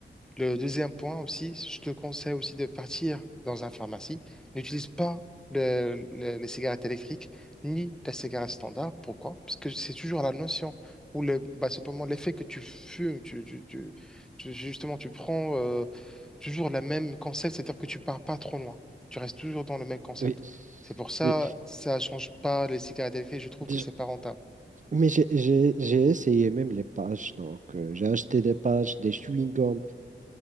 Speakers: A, in the centre; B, on the right.
A: Le deuxième point aussi, je te conseille aussi de partir dans un pharmacie. N'utilise pas le- le- les cigarettes électriques ni la cigarette standard. Pourquoi? Parce que c'est toujours la notion ou le, bah, simplement l'effet que tu fumes, tu, tu- tu- tu- justement, tu prends euh, toujours le même concept, c'est-à-dire que tu pars pas trop loin. Tu restes toujours dans le même concept.
B: Oui,
A: C'est pour ça,
B: oui.
A: ça change pas les cigarettes électriques. Je trouve
B: Déjà-
A: que c'est pas rentable.
B: mais j'ai j'ai- j'ai essayé même les patchs. Donc, euh, j'ai acheté des patchs, des chewing-gums,